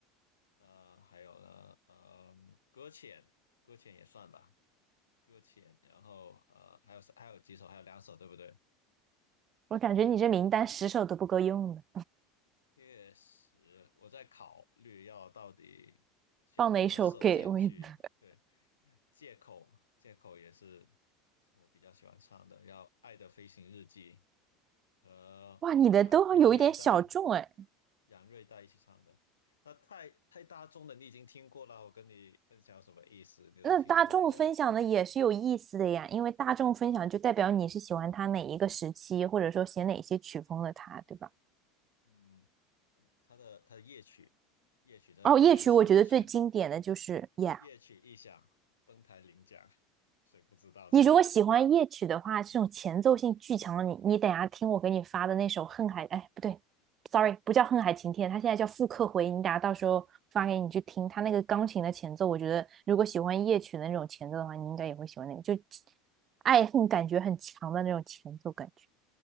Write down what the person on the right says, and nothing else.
我感觉你这名单十首都不够用的，
放哪一首给我一个
哇，你的都有一点小众哎，
那大众分享的也是有意思的呀，因为大众分享就代表你是喜欢他哪一个时期，或者说写哪些曲风的他，对吧？
哦，夜曲我觉得最经典的就是《Yeah》，
你如果喜欢夜曲的话，这种前奏性巨强的你，你等一下听我给你发的那首《恨海》，哎，不对，sorry，不叫《恨海晴天》，它现在叫《复刻回》，你等一下到时候发给你去听。它那个钢琴的前奏，我觉得如果喜欢夜曲的那种前奏的话，你应该也会喜欢那个，就爱恨感觉很强的那种前奏感觉